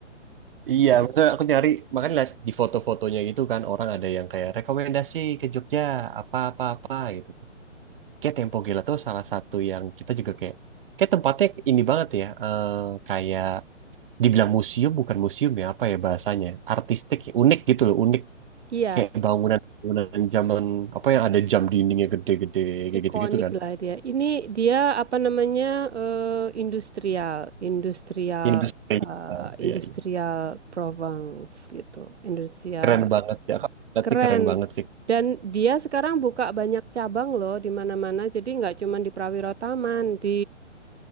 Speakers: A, on the right (about 45°); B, on the right (about 60°).
A: Iya, maksudnya aku nyari, makanya lihat di foto-fotonya gitu kan, orang ada yang kayak rekomendasi ke Jogja, apa-apa-apa gitu. Kayak Tempo Gila tuh salah satu yang kita juga kayak, kayak tempatnya ini banget ya, eh, kayak dibilang museum, bukan museum ya, apa ya bahasanya, artistik, ya, unik gitu loh, unik.
B: Iya,
A: Kayak bangunan-bangunan zaman, apa yang ada jam dindingnya gede-gede, kayak
B: Ikonik
A: gitu-gitu kan.
B: lah dia. Ini dia apa namanya eh, industrial, industrial,
A: Industri,
B: eh,
A: Eh, iya,
B: industrial
A: iya.
B: Provence gitu, industrial
A: Keren banget ya, Kak. Berarti
B: keren.
A: keren banget sih.
B: Dan dia sekarang buka banyak cabang loh di mana-mana. Jadi nggak cuma di Prawiro Taman, di